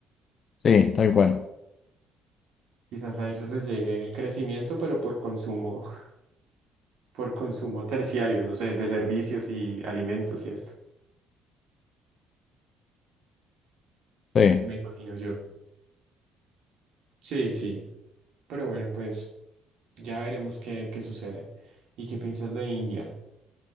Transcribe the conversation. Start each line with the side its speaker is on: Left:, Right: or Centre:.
Left: Sí, tal cual.
Right: quizás a ellos les llegue crecimiento, pero por consumo, <laughs> por consumo terciario, no sé, de servicios y alimentos y esto,
Left: Sí.
Right: me imagino yo. Sí, sí, pero bueno, pues ya veremos qué, qué sucede. ¿Y qué piensas de India?